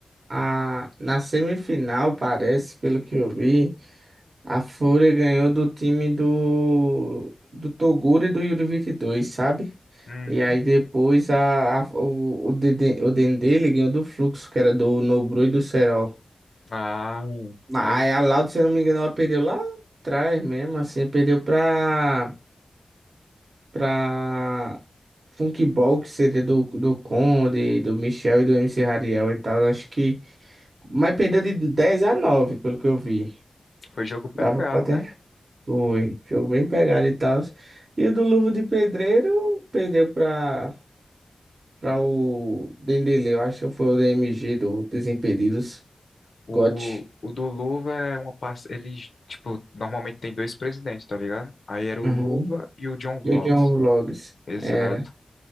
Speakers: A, on the right; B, on the left.
A: A, na semifinal, parece, pelo que eu vi, a Fúria ganhou do time do, do Toguro e do Yuri 22, sabe?
B: Uhum.
A: E aí depois a, a- o, o, Dede- o Dendele ganhou do Fluxo, que era do Nobru e do Serol.
B: Ah,
A: Mas
B: aí
A: aí a Loud, se eu não me engano, ela perdeu lá atrás mesmo, assim, perdeu pra, pra Funkball, que seria do, do Conde, do Michel e do MC Rariel e tal. Acho que. Mas perdeu de 10 a 9 pelo que eu vi.
B: foi jogo pegado,
A: Dava pra ter.
B: né?
A: Foi. Jogo bem pegado e tal. E o do Luvo de Pedreiro perdeu pra, pra o Dendele. Eu acho que foi o DMG do Desimpedidos.
B: O,
A: GOT.
B: o do Luva é uma parte. Ele, tipo, normalmente tem dois presidentes, tá ligado? Aí era o
A: Uhum.
B: Luva e o John Vlogs.
A: E o John Vlogs.
B: Exato.
A: Era.